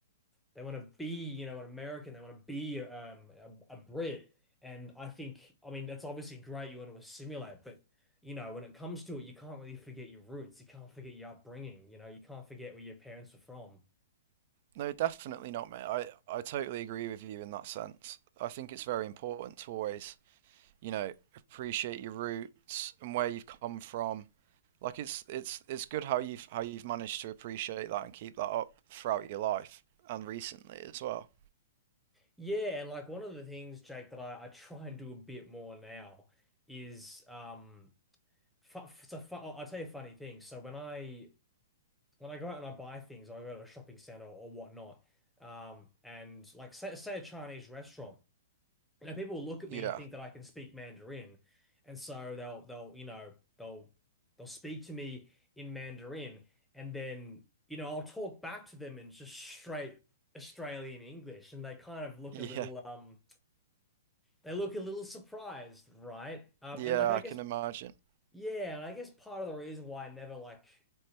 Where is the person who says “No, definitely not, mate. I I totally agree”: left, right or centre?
Right